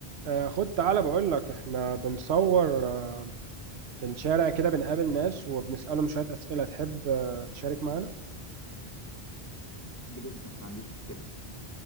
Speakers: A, on the right; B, on the left.
A: آه، خد تعالى بقول لك احنا بنصور آه، في الشارع كده بنقابل ناس وبنسألهم شوية أسئلة تحب آه، تشارك معانا
B: بحب جدا ما عنديش مشكلة